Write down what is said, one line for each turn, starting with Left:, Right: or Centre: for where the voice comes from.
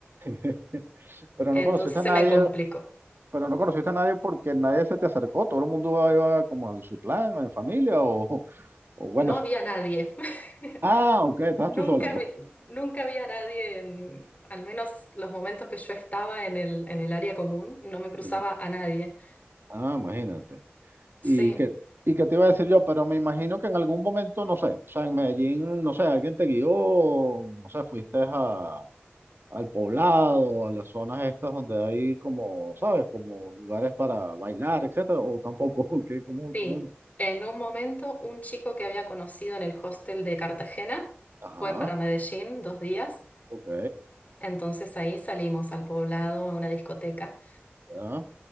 Right: <laughs> Pero
Left: Entonces
Right: no conociste a
Left: se
Right: nadie,
Left: me complicó.
Right: pero no conociste a nadie porque nadie se te acercó, todo el mundo iba como en su plan, o en familia, o, <laughs> o bueno,
Left: No
Right: sí.
Left: había nadie. <laughs>
Right: Ah, ok, estabas
Left: Nunca,
Right: tú sola, pues.
Left: vi- nunca había nadie en, al menos los momentos que yo estaba en el, en el área común, no me cruzaba
Right: Ya.
Left: a nadie.
Right: Ah, imagínate.
Left: Sí.
Right: ¿Y qué, y qué te iba a decir yo? Pero me imagino que en algún momento, no sé, o sea, en Medellín, no sé, alguien te guió, no sé, fuiste a, al poblado, a las zonas estas donde hay como, ¿sabes? Como lugares para bailar, etcétera, o tampoco, <laughs> que como,
Left: Sí,
Right: como,
Left: en un momento un chico que había conocido en el hostel de Cartagena
Right: ajá.
Left: fue para Medellín dos días,
Right: Ok,
Left: entonces ahí salimos al poblado a una discoteca
Right: ya,